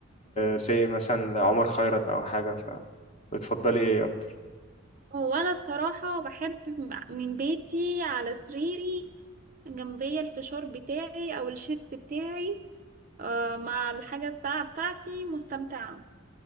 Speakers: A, on the left; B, on the right.
A: سي مثلا عمر خيرت او حاجه فبتفضلي ايه اكتر
B: هو انا بصراحه بحب من بيتي على سريري جنبي الفشار بتاعي او الشيبس بتاعي آه، مع الحاجة الساعة بتاعتي مستمتعة